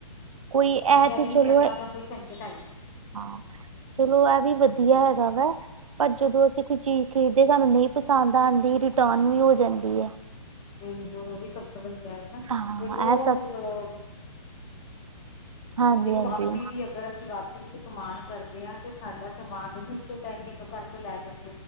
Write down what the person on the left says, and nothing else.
ਇਹਦੇ
ਵਿੱਚ
ਇਸ ਤਰ੍ਹਾਂ ਦਾ ਕੋਈ ਝੰਜਟ ਹੈ ਨਹੀਂ
ਤੇ ਉਹ ਵੀ ਸਭ ਤੋਂ ਵਧੀਆ ਹੈ ਨਾ
ਇੱਕ ਉਹ
ਅ
ਦੇਖੋ ਵਾਪਸੀ ਦੀ ਅਗਰ ਅਸੀਂ ਵਾਪਸੀ ਵੀ ਕੋਈ ਸਮਾਨ ਕਰਦੇ ਹਾਂ। ਤੇ ਸਾਡਾ ਸਮਾਨ, ਇਹਨੂੰ ਉਸੇ ਟਾਈਮ ਉਸੇ ਟਾਈਮ ਪਿਕ ਕਰਕੇ ਲੈ ਜਾਂ।